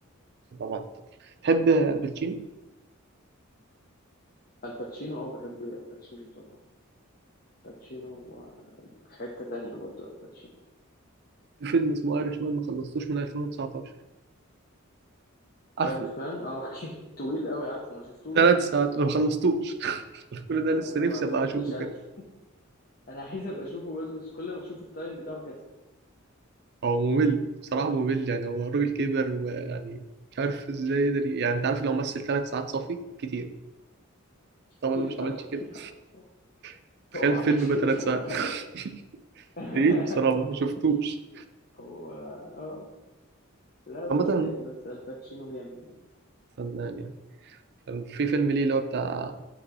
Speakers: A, on the right (about 50°); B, on the left (about 45°).
A: طبعا تحب الباتشينو
B: الباتشينو اه بحب الباتشينو طبعا الباتشينو آه، في حتة تانية برضو الباتشينو
A: في فيلم اسمه ايرش مان ما خلصتوش من 2019 عارفه
B: ايرش مان اه <laughs> أوكي. طويل قوي عارفه ما شفتوش
A: ثلاث ساعات ما خلصتوش <laughs> كل ده
B: ما-
A: لسه
B: انا
A: نفسي
B: ما اتفرجتش
A: ابقى اشوفه
B: عليه
A: كده
B: <laughs> انا عايز ابقى اشوفه برضه بس كل ما اشوف التايم بتاعه كسر
A: هو ممل بصراحة ممل يعني هو الراجل كبر ويعني مش عارف ازاي يقدر يعني انت عارف لو مثل ثلاث ساعات صافي كتير
B: كتير
A: طبعا انا مش
B: طبعا
A: عملتش كده
B: <laughs> لا، هو
A: <laughs> تخيل
B: هو ما عملش
A: فيلم بقى
B: كده
A: ثلاث
B: طبعا
A: ساعات <laughs>
B: <laughs>
A: بعيد بصراحة ما شفتوش
B: هو اه لا بس
A: عامة
B: بس الباتشينو جامد يعني
A: فنان يعني كان في فيلم ليه اللي هو بتاع